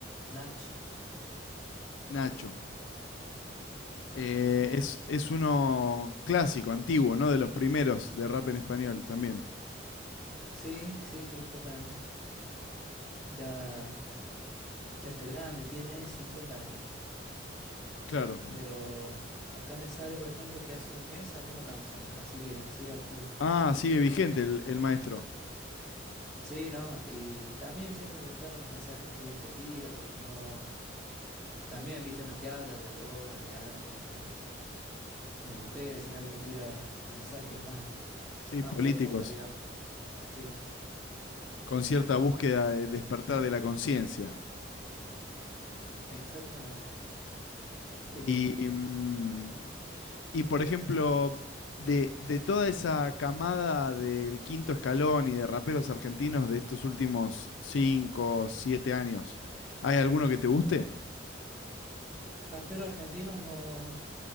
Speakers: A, in the centre; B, on the left.
A: Nach.
B: Nacho. Eh,
A: no s-
B: es, es uno clásico, antiguo, ¿no? De los primeros de rap en español también.
A: sí, sí, sí, justamente. Ya, ya está grande, tiene 50 años.
B: Claro.
A: Pero acá me sale, por ejemplo, que hace un mes sacó una canción, así que sigue activo. <laughs>
B: Ah, sigue vigente el, el maestro.
A: Sí, ¿no? Y también siempre me gustaron los mensajes que él te tira, porque no... También, viste, no te habla de drogas, de armas, de, de mujeres, sino que te tira mensajes más,
B: Sí,
A: más
B: políticos,
A: profundos, digamos. Sí,
B: con cierta búsqueda de despertar de la conciencia.
A: exactamente. Em,
B: Y mm, Y por ejemplo, de, de toda esa camada del quinto escalón y de raperos argentinos de estos últimos 5 7 años, ¿hay alguno que te guste?
A: raperos argentinos no...